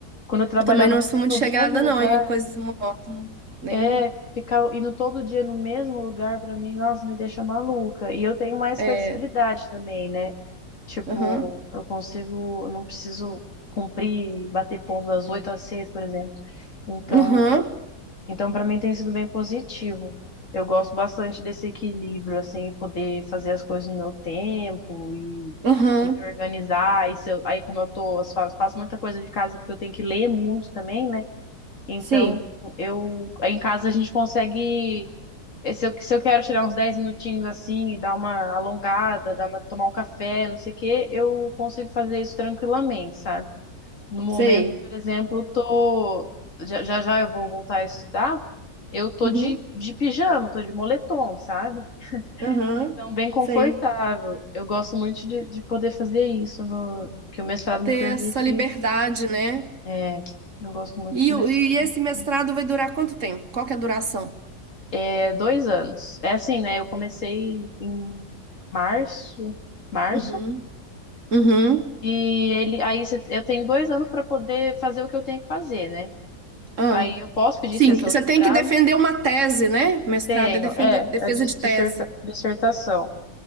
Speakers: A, on the left; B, on the right.
A: Quando eu trabalhava
B: eu também não
A: no,
B: sou
A: me-
B: muito
A: nos
B: chegada,
A: mesmo lugar
B: não, em coisas monótonas. Nem.
A: É, ficar indo todo dia no mesmo lugar pra mim, nossa, me deixa maluca. E eu tenho mais
B: É.
A: flexibilidade também, né? Tipo,
B: Aham.
A: eu consigo, eu não preciso cumprir, bater ponto das 8 às seis por exemplo. Então,
B: Aham.
A: então para mim tem sido bem positivo. Eu gosto bastante desse equilíbrio, assim, poder fazer as coisas no meu tempo e,
B: Aham,
A: e me organizar. E se eu- aí, como eu tô, eu faço faço muita coisa de casa porque eu tenho que ler muito também, né? Então,
B: sim,
A: eu em casa a gente consegue. eh, Se eu, se eu quero tirar uns 10 minutinhos assim, e dar uma alongada, dar uma, tomar um café, não sei o quê, eu consigo fazer isso tranquilamente, sabe? No momento,
B: sei.
A: por exemplo, tô. Já já, já eu vou voltar a estudar, eu tô
B: Uhum,
A: de, de pijama, tô de moletom, sabe?
B: aham,
A: Então, bem confortável.
B: sei.
A: Eu gosto muito de, de poder fazer isso, no, que o mestrado me
B: Ter
A: permite.
B: essa liberdade, né?
A: É, eu gosto muito
B: E,
A: que o
B: o-
A: mestrado
B: e
A: me
B: esse
A: permite.
B: mestrado vai durar quanto tempo? Qual que é a duração?
A: É dois anos. É assim, né? Eu comecei em março, março,
B: Uhum, uhum.
A: e ele, aí cê- eu tenho dois anos para poder fazer o que eu tenho que fazer, né?
B: Ah.
A: Aí eu posso pedir
B: Sim,
A: extensão
B: você
A: de
B: tem
A: prazo?
B: que defender uma tese, né? Mestrado
A: Tenho,
B: é defender,
A: é,
B: defesa
A: é dis-
B: de
A: disserta,
B: tese.
A: dissertação.